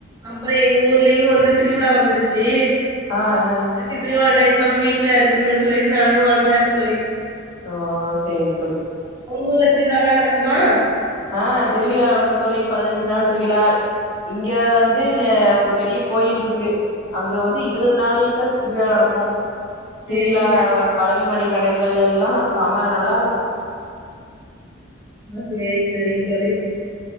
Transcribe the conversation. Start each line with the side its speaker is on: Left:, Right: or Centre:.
Right: அப்புறம் எங்க ஊர்லயும் வந்து திருவிழா வந்துருச்சு
Left: ஆ ஆ
Right: ச்சி திருவிழா டை இதுலாம நம்ம வீட்டுல இருக்கனும் சொல்லிட்டு நானும் வந்தாச்சு தோழி
Left: ஓ சரி தோழி
Right: உங்க ஊர்ல திருவிழாா லாம் நடக்குமா
Left: ஆஹ் திருவிழா நடக்கு தோழி பதினஞ்சு நாள் திருவிழா இங்க வந்து ஒரு பெரிய கோயில் இருக்கு அங்க வந்து இருபது நாள் திருவிழா நடக்கும்
Right: சேரிங்க
Left: திருவிழா வளவி மணிக்கு கடைகள் எல்லாம் செம நல்லா இருக்கும்
Right: ஆ சரிங்க சரிங்க தேரழி